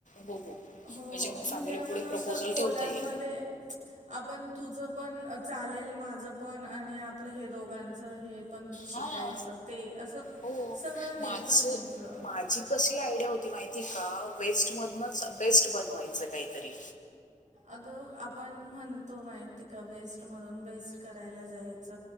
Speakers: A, on the left (about 70°); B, on the right (about 65°).
A: बघू.
B: हो
A: मग फॅमिली
B: म्हणजे आपण
A: पुढे
B: असं
A: प्रपोजल
B: कोलॅबमध्ये
A: ठेवता येईल
B: आपण तुझ पण चालेल माझ पण आणि आपलं हे दोघांच हे पण शिकायचं
A: हा
B: ते असं
A: हो
B: सगळं नेत
A: माझ
B: राहायचं.
A: माझी कशी आयडिया होती माहिती का वेस्ट मधूनच बेस्ट बनवायचं काहीतरी.
B: अगं आपण म्हणतो माहिती आहे का वेस्टमधून बेस्ट करायला जाईच.